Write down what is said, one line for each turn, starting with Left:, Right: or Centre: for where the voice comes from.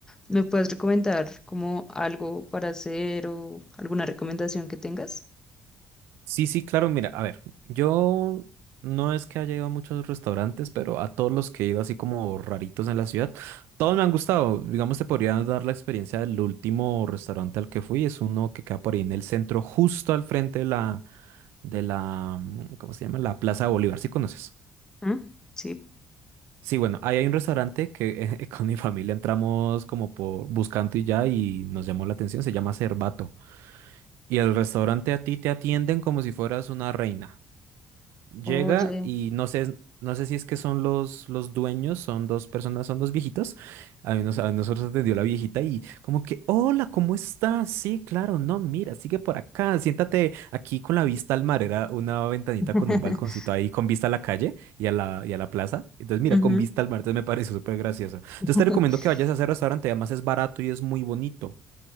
Left: ¿Me puedes recomendar como algo para hacer o alguna recomendación que tengas?
Right: Sí, sí, claro, mira, a ver, yo no es que haya ido a muchos restaurantes, pero a todos los que he ido así como raritos en la ciudad, todos me han gustado. Digamos, te podría dar la experiencia del último restaurante al que fui, es uno que queda por ahí en el centro, justo al frente de la, de la, mm, ¿cómo se llama? La Plaza de Bolívar, ¿sí conoces?
Left: ¿Mm? Sí.
Right: Sí, bueno, ahí hay un restaurante que <laughs> con mi familia entramos como por buscando y ya y nos llamó la atención, se llama Cervato. Y el restaurante a ti te atienden como si fueras una reina. Llega
Left: Oye.
Right: y no sé, no sé si es que son los, los dueños, son dos personas, son dos viejitos. A mí nos- a nosotros atendió la viejita y como que, hola, ¿cómo estás? Sí, claro, no, mira, sigue por acá, siéntate aquí con la vista al mar. Era una ventanita
Left: <laughs>
Right: con un balconcito ahí con vista a la calle y a la, y a la plaza. Entonces, mira,
Left: Ujú.
Right: con vista al mar, entonces me pareció súper gracioso. Entonces
Left: <laughs>
Right: te recomiendo que vayas a ese restaurante, además es barato y es muy bonito.